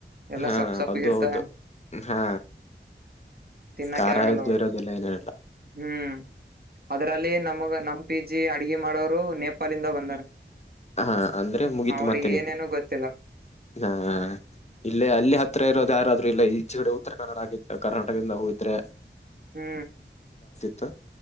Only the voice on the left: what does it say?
ಹಾ
ಹೌದು ಹೌದು ಹಾ
ಖಾರ
ಇದ್ದು ಇರೋದಿಲ್ಲ ಏನಿರಲ್ಲ
ಹಾ ಅಂದ್ರೆ ಮುಗಿತು
ಮತ್ತೆನ್
ಹಾ ಇಲ್ಲೇ ಅಲ್ಲಿ ಹತ್ರ ಇರೋದು. ಯಾರಾದ್ರರು ಇಲ್ಲ ಈಚಗಡೆ ಉತ್ತರ ಕನ್ನಡ ಆಗಿ ಕರ್ನಾಟಕದಿಂದ ಹೋಗಿದ್ರೆ
ತ್ತ್